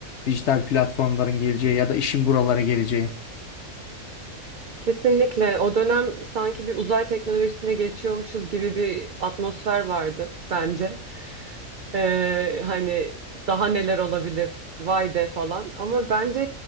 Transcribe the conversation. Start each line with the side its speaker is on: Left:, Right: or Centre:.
Left: dijital platformların geleceği ya da işin buralara geleceği.
Right: Kesinlikle. O dönem sanki bir uzay teknolojisine geçiyormuşuz gibi bir atmosfer vardı bence. Ee, hani daha neler olabilir vay be falan ama bence